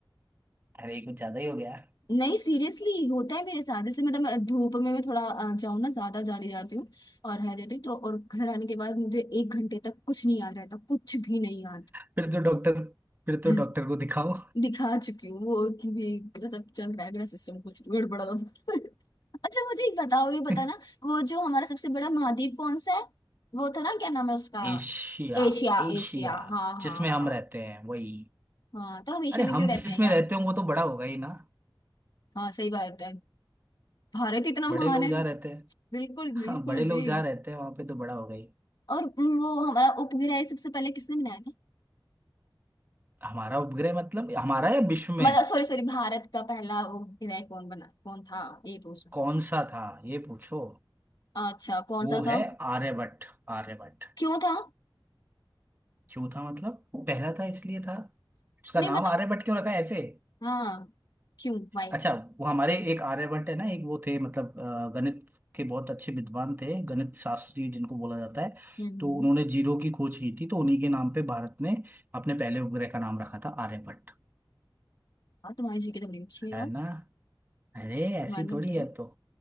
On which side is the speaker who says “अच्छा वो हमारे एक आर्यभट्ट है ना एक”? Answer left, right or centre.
Right